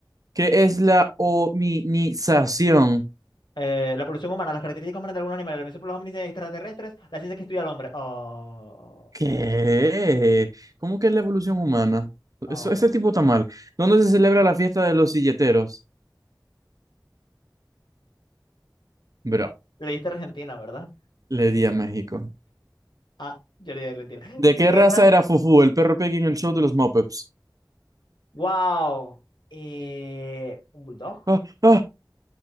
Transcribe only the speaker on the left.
Eh, la evolución humana, las características humanas de algunos animales, la evolución por los hombres extraterrestres, la ciencia que estudia al hombre. Oh,
oh.
Le diste a Argentina, ¿verdad?
Ah, yo le di a Argentina.
<gasps> <laughs> ¿De
qué
raza?
¡Wow! Eh, ¿un bulldog?